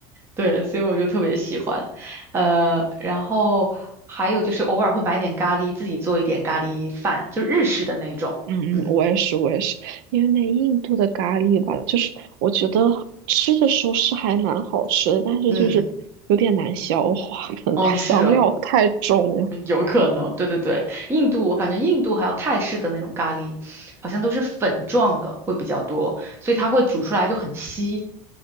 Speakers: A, on the right; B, on the right.
A: 对，所以我就特别喜欢。呃，然后还有就是偶尔会买点咖喱，自己做一点咖喱饭，就日式的那种。
B: 嗯嗯，
A: 嗯
B: 我也是，我也是，因为那印度的咖喱吧，就是我觉得吃的时候是还蛮好吃的，但是就是有点难消化，
A: 嗯，
B: 可能它香料太重了。
A: 哦，是哦。有可能，对对对，印度我感觉印度还有泰式的那种咖喱，好像都是粉状的会比较多，所以它会煮出来就很稀，